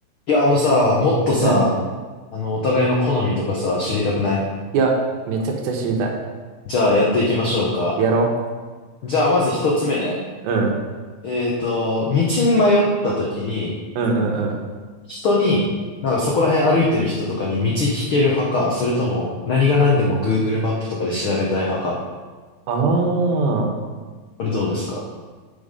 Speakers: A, on the left; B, on the right.
A: いや、あのさ、もっとさ、
B: うん。
A: あの、お互いの好みとかさ、知りたくない
B: いや、めちゃくちゃ知りたい。
A: じゃあ、やっていきましょうか。
B: やろ
A: じゃあ、まず一つ目ね。
B: うん。
A: えっと、道に迷った時に、
B: うんうんうん。うん
A: 人に、なんかそこら辺歩いてる人とかに道聞ける派か、それとも、何が何でも Google マップとかで調べたい派か。
B: ああ。
A: これどうですか